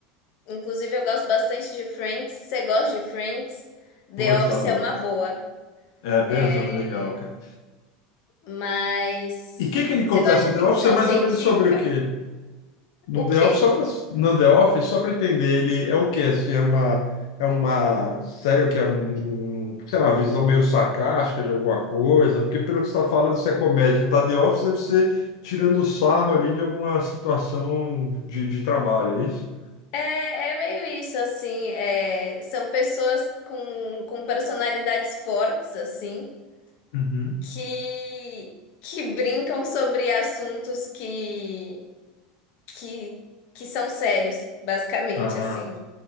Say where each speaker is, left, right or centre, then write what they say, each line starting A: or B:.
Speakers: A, on the left; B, on the left.
A: Inclusive, eu gosto bastante de Friends. Você gosta de Friends? The
B: Putz,
A: Office
B: adoro.
A: é uma boa.
B: É, Benzo
A: É,
B: é legal, cara.
A: mas.
B: E o que, que ele acontece
A: Você gosta
B: no
A: de
B: The Office
A: ficção
B: é mais
A: científica?
B: ou menos sobre o quê? No
A: O
B: The
A: quê?
B: Office, só para no The Office, só para entender, ele é o quê? Assim, é uma, é uma série que é um, um, sei lá, visão meio sarcástica de alguma coisa, porque pelo que você está falando, se é comédia e tá The Office, deve ser tirando sarro ali de alguma situação de, de trabalho, é isso?
A: É, é meio isso, assim, é, são pessoas com, com personalidades fortes, assim,
B: Uhum.
A: que, que brincam sobre assuntos que, que, que são sérios, basicamente,
B: Ah,
A: assim,